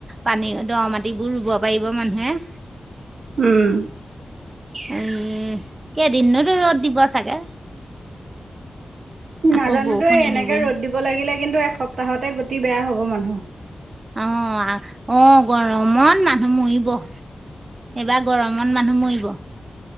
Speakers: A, on the right; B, on the right.
A: পানী দ মাটিবোৰ ৰুব পাৰিব মানুহে।
B: উম,
A: উম কেইদিননো ৰ'দ দিব চাগে।
B: নাজানোতো
A: আকৌ বৰষুণ
B: এনেকে
A: আহিবই।
B: ৰ'দ দিব লাগিলে কিন্তু এসপ্তাহতে গতি বেয়া হ'ব মানুহৰ।
A: আহ আহ গৰমত মানুহ মৰিব। এইবাৰ গৰমত মানুহ মৰিব।